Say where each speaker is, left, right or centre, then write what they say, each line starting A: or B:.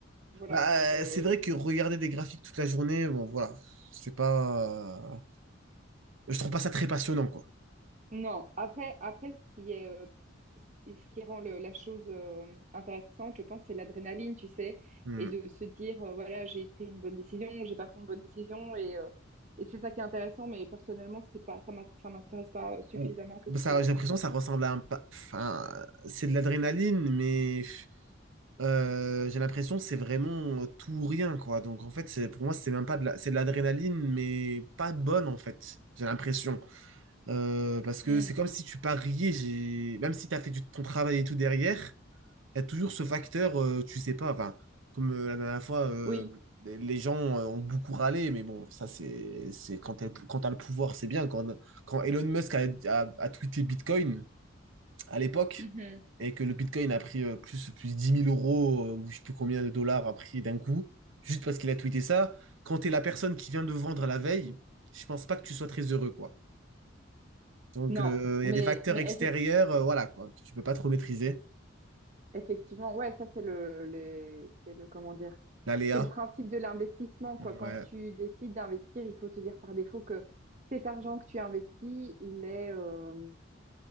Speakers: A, on the right; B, on the right.
A: voilà
B: Bah,
A: quoi. Je
B: euh, c'est vrai que regarder des graphiques toute la journée, bon, voilà, c'est pas... euh, Je trouve pas ça très passionnant, quoi.
A: Non, après, après ce qui est, euh, et ce qui rend le- la chose euh, intéressante, je pense, c'est l'adrénaline, tu sais,
B: Hmm.
A: et de se dire, euh, voilà, j'ai pris une bonne décision, j'ai pas pris une bonne décision, et, euh, et c'est ça qui est intéressant, mais personnellement, c'est pas, ça m'a- ça m'intéresse pas suffisamment
B: Ou-
A: que
B: bah,
A: pour.
B: ça,
A: euh,
B: j'ai l'impression que ça ressemble à un... pa- Enfin, c'est de l'adrénaline, mais euh, j'ai l'impression que c'est vraiment tout ou rien, quoi. Donc, en fait, c'est, pour moi, c'est même pas de la... c'est de l'adrénaline, mais pas bonne, en fait. J'ai l'impression. Euh, parce que
A: Hmm,
B: c'est comme si tu pariais, j'ai... même si tu as fait du- ton travail et tout derrière, il y a toujours ce facteur, euh, tu sais pas, enfin, comme euh, la dernière fois, euh,
A: Oui,
B: les gens euh, ont beaucoup râlé, mais bon, ça, c'est, c'est quand t'as, quand t'as le pouvoir, c'est bien. Quand, quand Elon Musk a, a, a tweeté Bitcoin à l'époque,
A: mhm.
B: et que le Bitcoin a pris euh, plus, plus dix mille euros, euh, ou je sais plus combien de dollars a pris d'un coup, juste parce qu'il a tweeté ça, quand t'es la personne qui vient de vendre la veille, je pense pas que tu sois très heureux, quoi. Donc,
A: Non,
B: euh, il
A: mais,
B: y a des facteurs
A: mais
B: extérieurs,
A: effe-
B: euh, voilà, quoi, que tu peux pas trop maîtriser.
A: effectivement, ouais, ça, c'est le, les- c'est le, comment dire,
B: L'aléa.
A: C'est le principe de l'investissement, quoi.
B: Ouais,
A: Quand tu décides d'investir, il faut te dire par défaut que cet argent que tu investis, il est, euh,